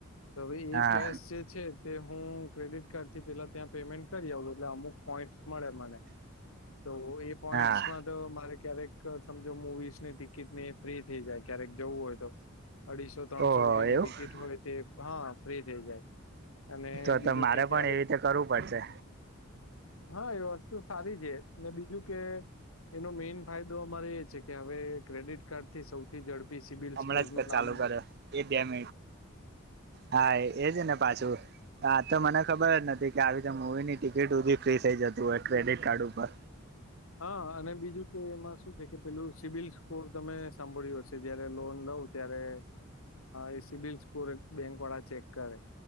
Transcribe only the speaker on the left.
તો એ
કેશ જે છે તે હું ક્રેડિટ કાર્ડ થી પેલા ત્યાં પેમેન્ટ કરી આવું એટલે અમુક પોઈન્ટ મળે મને તો એ પોઈન્ટમાં
તો મારે ક્યારેક સમજો મુવીઝ ને ટિકિટ ને ફ્રી થઈ જાય ક્યારેક જવું હોય તો અઢીસો ત્રણસો
રૂપિયાની
ટિકિટ હોય તે હા ફ્રી થઇ જાય અને
બીજું
કે
ક્યારેક
હા એ વસ્તુ સારી છે બીજું કે એનો મેન ફાયદો અમારે એ છે કે હવે ક્રેડિટ કાર્ડ થી સૌથી ઝડપી સબિલ
સ્કોર નું
નામ
હા અને બીજું કે એમાં શું છે કે પેલું સિબી લ સ્કોર તમે સાંભળ્યું હશે જયારે લોન લઉ ત્યાંરે એ સીબિલ સ્કોર બેંક વાળા ચેક કરે